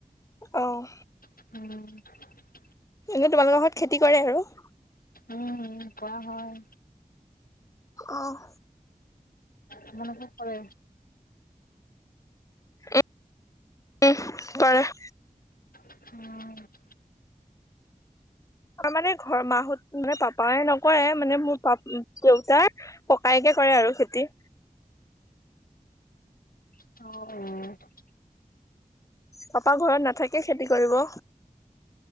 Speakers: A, on the left (about 20°); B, on the left (about 85°).
A: অ'।
B: উম।
A: এনেই তোমালোকৰ ঘৰত খেতি কৰে আৰু?
B: উম, ক'ৰা হয়।
A: অ'।
B: তোমালোকৰ কৰে?
A: উম, উম, কৰে।
B: অ'।
A: আমাৰ মানে ঘৰ মাহঁত মানে পাপাই নকৰে মানে মোৰ পাপ দেউতাৰ ককাইয়েকে কৰে আৰু খেতি।
B: অ', অ'। উম
A: পাপা ঘৰত নাথাকে খেতি কৰিব?